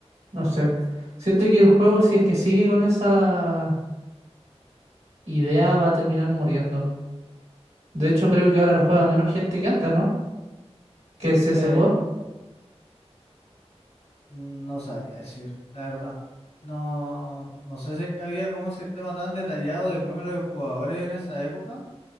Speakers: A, on the right (about 85°); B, on the left (about 80°).
A: no sé. Siento que el juego, si es que sigue con esa idea, va a terminar muriendo. De hecho, creo que ahora lo juega menos gente que antes, ¿no? Que el CSGO.
B: Sí. No sabría decir, la verdad. No, no sé si es que había como un sistema tan detallado de número de jugadores en esa época,